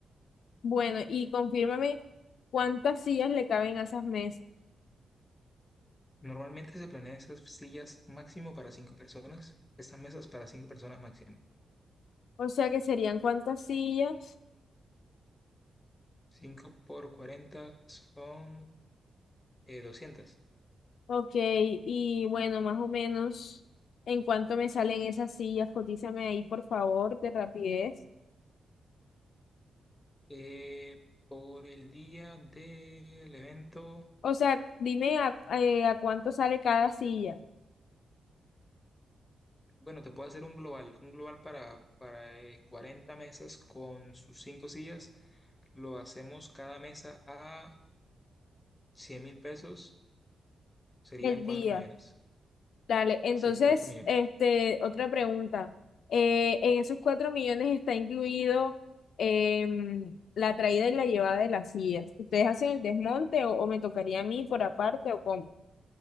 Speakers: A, on the left (about 75°); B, on the left (about 25°).
A: Bueno, y confírmame cuántas sillas le caben a esas mesas.
B: Normalmente se planean esas sillas máximo para cinco personas, estas mesas para cinco personas máximo.
A: O sea que serían cuántas sillas.
B: cinco por 40 son eh, 200.
A: Ok, y bueno, más o menos en cuánto me salen esas sillas. Cotízame ahí, por favor, de rapidez.
B: Eh, por el día del evento,
A: O sea, dime a, eh, a cuánto sale cada silla
B: bueno, te puedo hacer un global, un global para, para eh, 40 mesas con sus cinco sillas. Lo hacemos cada mesa a 100 mil pesos, serían
A: el día.
B: 4 millones.
A: Dale, entonces,
B: Sí, 4 millones.
A: este, otra pregunta. Eh, ¿en esos cuatro millones está incluido em, la traída y la llevada de las sillas? ¿Ustedes hacen el desmonte o, o me tocaría a mí por aparte o cómo?